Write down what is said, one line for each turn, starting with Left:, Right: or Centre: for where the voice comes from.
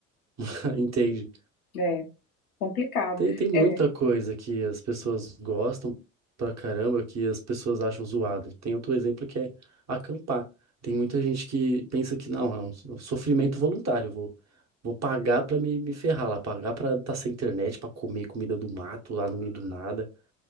Right: <laughs> entende?
Left: é complicado.
Right: Tem, tem muita
Left: É,
Right: coisa que as pessoas gostam pra caramba, que as pessoas acham zoado. Tem outro exemplo que é acampar. Tem muita gente que pensa que não, é um so- sofrimento voluntário. Vou, vou pagar pra me, me ferrar lá, pagar pra estar sem internet, pra comer comida do mato lá no meio do nada.